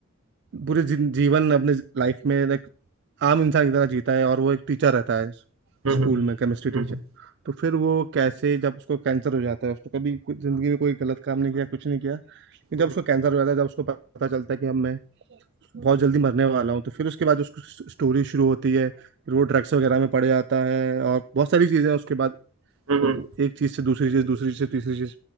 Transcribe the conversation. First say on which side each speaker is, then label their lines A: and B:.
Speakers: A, on the right; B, on the right.
A: पूरे जिन- जीवन अपने लाइफ में like आम इंसान की तरह जीता है और वो एक टीचर रहता है
B: हम्म
A: स्कूल
B: हम्म
A: में केमिस्ट्री टीचर
B: हम्म
A: तो फिर वो कैसे जब उसको कैंसर हो जाता है उसने कभी कुछ- जिंदगी में कोई गलत काम नहीं किया कुछ नहीं किया लेकिन
B: हम्म
A: जब उसको
B: हम्म
A: कैंसर हो जाता है जब उसको पता चलता है कि अब मैं बहुत जल्दी मरने वाला हूँ तो फिर उसके बाद उसकी स्टोरी शुरू होती है फिर वो ड्रग्स वगैरह में पड़ जाता है और बहुत सारी चीज़ें उसके बाद
B: हम्म,
A: मतलब
B: हम्म,
A: एक चीज़ से दूसरी चीज़ दूसरी चीज़ से तीसरी चीज़